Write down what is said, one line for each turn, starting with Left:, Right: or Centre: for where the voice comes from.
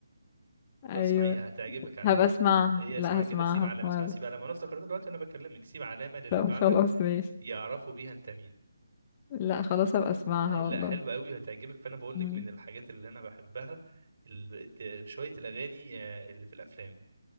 Right: بس
Left: ايوه
Right: اسمعيها هتعجبك على
Left: هبقى
Right: فكرة
Left: اسمعها
Right: هي
Left: لا
Right: اسمها
Left: هسمعها
Right: كده سيب علامة
Left: في مره
Right: اسمها سيب علامة انا افتكرتها دلوقتي وانا بكلمك سيب علامة للي
Left: طب
Right: بعدك
Left: خلاص ماشي
Right: يعرفوا بيها انت مين
Left: لا خلاص هبقى اسمعها
Right: آه، لا
Left: والله
Right: حلوة قوي وهتعجبك فانا بقول
Left: امم
Right: لك من الحاجات اللي انا بحبها ال- الت- شوية الاغاني آه، اللي في الافلام